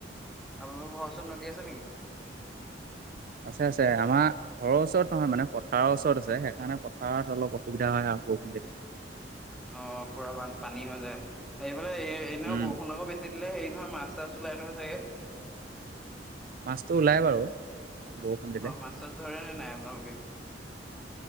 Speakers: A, in the centre; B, on the right.
A: আপোনালোকৰ ঘৰচৰ নদী আছে নেকি
B: আছে আছে আমাৰ ঘৰৰ ওচৰত নহয় মানে পথাৰৰ ওচৰত আছে সেইকাৰণে পথাৰত অলপ অসুবিধা হয় আৰু <inaudible>
A: অ' বুঢ়া বান পানী হৈ যায় এইফালে এ এনে
B: উম
A: বৰষুণ আকৌ বেছি হিলে হেৰি নহয় মাছ তাছ ওলাই নহয় চাগে
B: মাছটো ওলাই বাৰু বৰষুণ
A: অ'
B: দিলে
A: মাছ চাছ ধৰে নে নাই আপোনালোকে